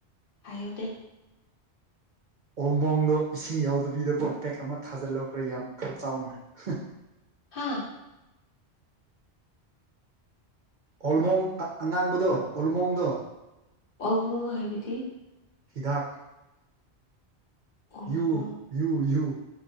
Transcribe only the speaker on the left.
ꯍꯥꯏꯌꯨꯗꯦ
ꯍꯥꯥ
ꯑꯣꯜ ꯃꯣꯡꯛ ꯍꯥꯏꯕꯗꯤ꯫
ꯑꯣꯜꯃꯣ